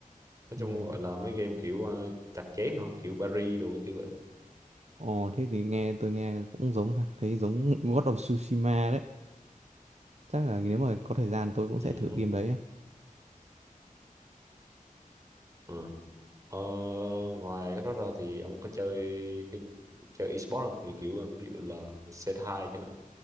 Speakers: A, on the right; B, on the right.
A: nói chung
B: Ồ.
A: gọi là mấy game kiểu ờ, chặt chém nữa kiểu Paris đồ cái kiểu vậy
B: Ồ thế thì nghe tôi nghe cũng giống ha, thấy giống God of Tsushima đấy. Chắc là nếu mà có thời gian tôi cũng
A: ừ.
B: sẽ thử game đấy. á.
A: ừ. Ờ, ngoài cái đó ra thì ông có chơi cái chơi esports không thì kiểu ờ, ví dụ là cs hai chẳng hạn